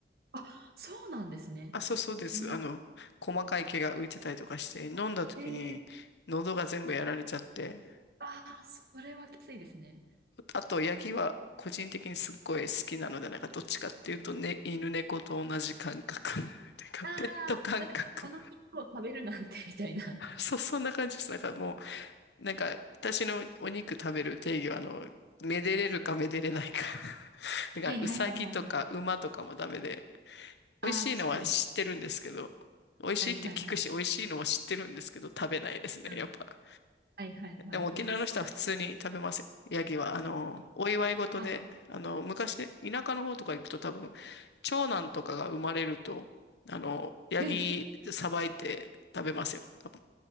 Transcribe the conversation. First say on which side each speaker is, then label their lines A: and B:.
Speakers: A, on the right; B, on the left.
A: あ、そうなんですね。
B: あ、そうそうです。
A: 知らなかった。
B: あの、細かい毛が浮いてたりとかして、飲んだ時に喉が全部やられちゃって、
A: えー、ああ、それはきついですね。
B: あと、ヤギは個人的にすっごい好きなので、なんかどっちかっていうと、ね、犬猫と同じ感覚。<laughs> なんかペット感覚。
A: ああ、なんか、この肉を食べるなんて、みたいな。
B: そう、そんな感じです。なんかもう、なんか私のお肉食べる定義は、あの、めでれるかめでれないか。<laughs> だから、
A: はいはいはいはいはいはい。
B: うさぎとか馬とかもダメで、
A: ああ、
B: 美味しいのは知ってるんですけど、
A: 確かに。
B: 美味しいって聞くし、
A: はいはいはい。
B: 美味しいのは知ってるんですけど、食べないですね、
A: うん。
B: やっぱ。
A: はいはいはい。
B: でも沖縄の人は普通に食べますよ。
A: いやー、そうです。
B: ヤギは、あの、お祝い事で、
A: あ、
B: あの、昔、田舎の方とか行くと多分、
A: あ、
B: 長男とかが生まれると、あの、ヤギさばいて食べますよ。
A: え、
B: 多分。